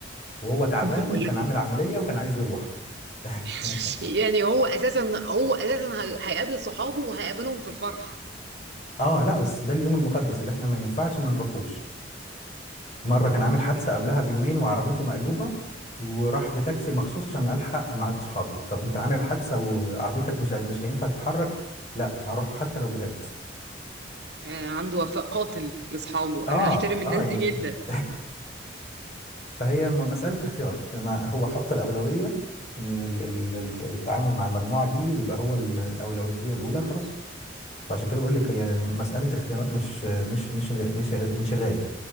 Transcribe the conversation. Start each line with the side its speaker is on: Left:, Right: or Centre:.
Left: وهو تعبان
Right: <laughs>
Left: وكان عامل عملية وكان عايز يروح
Right: <laughs>
Left: <laughs>
Right: يعني هو اساسا هو اساسا هي- هيقابل صحابه وهيقابلهم في الفرح
Left: اه لا بس ده اليوم المقدس اللي احنا ما ينفعش ما نروحوش مرة كان عامل
Right: احترم
Left: حادثة قبلها
Right: فيه
Left: بيومين وعربيته مقلوبة وراح بتاكسي مخصوص عشان الحق مع صحابي طب انت عامل حادثة وعربيتك مش هي- مش هينفع تتحرك لا هروح حتى لو بتاكسي
Right: آه عنده وفاء قاتل لاصحابه
Left: اه
Right: انا احترم الناس
Left: اه يعني
Right: دي جدا
Left: <laughs> فهي م- مسألة اختيار انا هو حط الأولوية ان ال- ال- ال- التعامل مع المجموعة دي يبقى هو ال- الأولوية الأولى خلاص فعشان كده بقول لك هي م- مسألة اختيارات مش مش مش مش انشغال